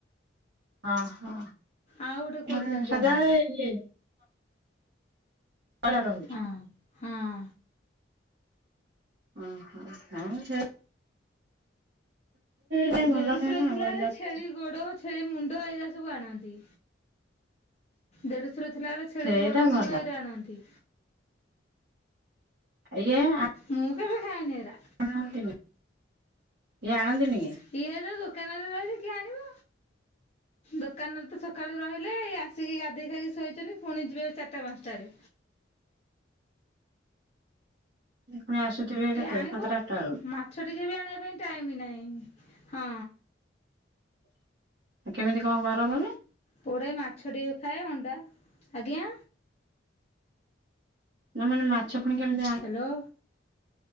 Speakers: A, on the right; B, on the left.
A: ହଁ ହ
B: ଆଉ ଗୋଟେ କୁଆଡୁ
A: ମାନେ
B: ଯାଇକି
A: ସଦାବେଳେ
B: ଆଣନ୍ତି
A: ମିଳେନି। ଭଲ ରହୁ।
B: ହଁ ହଁ।
A: ଉ ହୁଁ ନାହିଁ ସେ ପାଇଁ ଭଲ
B: ଦେଢଶୁର
A: ନୁହେଁ ନା
B: ଥିଲାବେଳେ
A: ବ୍ରଏଲର
B: ଛେଳି
A: ଟା
B: ଗୋଡ ଛେଳି ମୁଣ୍ଡ ଏଇରା ସବୁ ଆଣନ୍ତି। ଦେଢଶୁର ଥିଲାବେଳେ ଛେଳି
A: ସେଇଟା
B: ଗୋଡ,
A: ଭଲ
B: ମୁଣ୍ଡ ଏଇରା ଆଣନ୍ତି।
A: ଏଇୟା ଆ
B: ମୁଁ କେବେ ଖାଏନି ଏରା।
A: ଆଣନ୍ତିନି, ଇଏ ଆଣନ୍ତିନି କି?
B: ସିଏ ଏବେ ଦୋକାନରେ ରହିବେ କିଏ ଆଣିବ। ଦୋକାନରେ ତ ସକାଳୁ ରହିଲେ। ଏ ଆସିକି ଗାଧୋଇ ଖାଇକି ଶୋଇଛନ୍ତି ପୁଣି ଯିବେ ଚାରିଟା ପାଞ୍ଚଟାରେ।
A: ପୁଣି ଆସୁଥିବେ
B: କିଏ
A: କେତେ
B: ଆଣିବ
A: ସାତଟା ଆଠା ବେଳକୁ?
B: ମାଛ ଟିକେ ଆଣିବା ପାଇଁ ଟାଇମ୍ ନାହିଁ ହଁ।
A: କେମିତି କଣ କର ତମେ?
B: ପୋଡେ ମାଛ ଟିକେ ଖାଏ ଅଣ୍ଡା, ଆଜ୍ଞା
A: ନା ମାନେ ମାଛପୁଣି କେମିତି ଆ
B: ହାଲୋ,